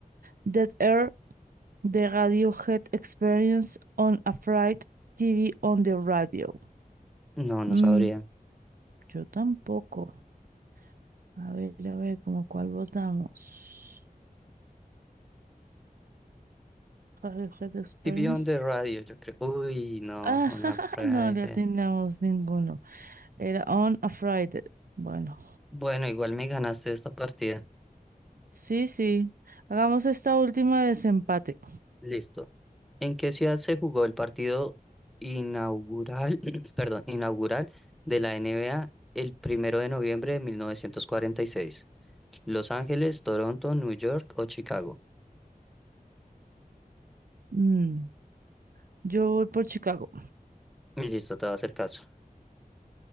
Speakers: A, on the right; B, in the centre.
A: Dead Air, The Radiohead Experience on a Fright TV on the Radio.
B: no, no
A: Mm,
B: sabría.
A: yo tampoco. A ver, a ver, ¿cómo cuál votamos? Radiohead Experience.
B: TV on the radio, yo creo. Uy, no,
A: Ah,
B: on
A: <laughs>
B: a Friday.
A: no le atinamos ninguno. Era On a Friday. Bueno,
B: Bueno, igual me ganaste esta partida.
A: sí, sí. Hagamos esta última de desempate.
B: Listo. ¿En qué ciudad se jugó el partido inaugural, <clears throat> perdón, inaugural de la NBA el primero de noviembre de 1946? ¿Los Ángeles, Toronto, New York o Chicago?
A: Mm, yo voy por Chicago.
B: Y listo, te va a hacer caso.